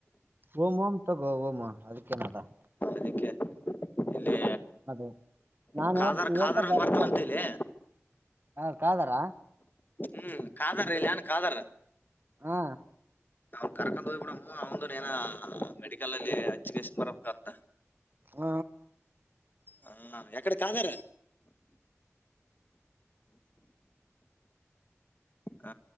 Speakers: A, on the right (about 45°); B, on the left (about 40°).
A: ಹೋಗುಮ ತಗೋ ಹೋಗುಮ ಅದಕ್ಕೆನದಾ.
B: ಅದಕ್ಕೆ ಇಲ್ಲಿ
A: ಹಲೋ ನಾನು
B: ಖಾದರ್
A: ಇವತ್ತ
B: ಖಾದರ್
A: ಬರ್ತಿದೆ.
B: ಬರ್ತಾನಂತ ಇಲ್ಲಿ
A: ಹ ಕಾದಾರ.
B: ಹ್ಮ್ ಕಾದಾರ ಇಲ್ಲಿ ಆನ್ ಕಾದಾರ.
A: ಹಾ.
B: ಅವ್ ಕರ್ಕೊಂಡ್ ಹೋಗಿ ಬಿಡಮು ಅವಂದು ಏನ ಮೆಡಿಕಲ್ ಅಲ್ಲಿ ಅಚ್ಚುಕೇಶನ್ ಬರಬೇಕತ್ತ.
A: ಹ
B: ಹ ಎಕ್ಕಡೆ ಕಾಗರ. ಹ